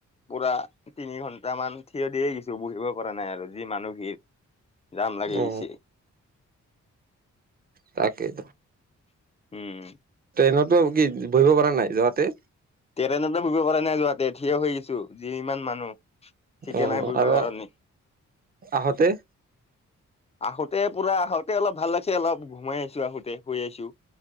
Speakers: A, on the left; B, on the right.
A: পুৰা তিনি ঘন্টামান থিয় দিয়ে গছো বহিব পৰা নাই আৰু যি মানুহ ভিৰ জাম লাগি
B: অ
A: গৈছে
B: তাকেই
A: উম
B: ট্ৰেইনতো কি বহিব পৰা নাই যোৱাতে
A: ট্ৰেনত বুহিব পৰা নাই যোৱা তঠিয়ে হৈ গৈছো যি ইমান মানুহ <unintelligible> চিটে
B: অ
A: নাই বহিবৰ
B: আৰু
A: কাৰণে
B: আহোতে
A: আহোতে পুৰা আহোতে অলপ ভাল লাগছে অলপ ঘুমাই আহিছো আহোতে শুই আছো